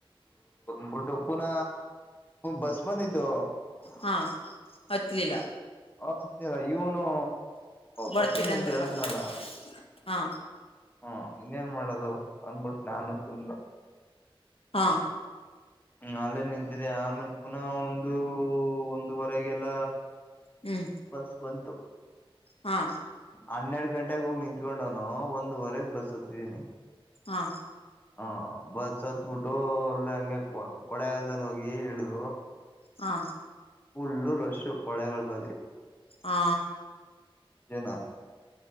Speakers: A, on the left (about 20°); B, on the left (about 75°).
A: ಹಡಟ್ಟೊಪುನ ಬಸ್ ಬಂದಿದ್ದು <unintelligible>
B: ಹಾ ಹತ್ಲಿಲ್ಲ
A: ಹ ಇವನು
B: ಬರ್ತೀರಿ
A: ಬರ್ತೀನಿ
B: ಅಂದ್ರಲ್ಲ
A: ಅಂತ ಹೇಳಿದ್ನಲ್ಲ
B: ಅದಕ್ಕ ಹಾ
A: ಹ್ಮ ಇನ್ನೇನ್ ಮಾಡೋದು ಅಂದಬಿಟ್ಟು ನಾನು ಸು
B: ಹಾ
A: ನಾಲೆ ನಿಂತಿದೆ ಆಮೇಲ್ ಪುನಃ ಒಂದು ಒಂದುವರೆಗೆಲ್ಲ
B: ಹ್ಮ್
A: ಬಸ್ ಬಂತು
B: ಹಾ
A: ಹನ್ನೆರಡು ಗಂಟೆೆಗೆ ಹೋಗಿ ನಿಂತ್ಕೊಂಡವನು ಒಂದ್ುವರೆಗೆ ಬಸ್ ತ್ತಿದೀನಿ
B: ಹಾ
A: ಹ ಬಾಸ್ ಅತ್ಬಿಟ್ಟು ಅಲ್ಲ ಹಂಗೆ ಕೊಳಗಾಲದಲ್ಲಿ ಹೋಗಿ ಇಳು
B: ಹಾ
A: ಫುಲ್ಲುರು ವರ್ಷ ಕೋಳೆಗಾಲದಲ್ಲಿ
B: ಹಾ
A: ನಾ <unintelligible>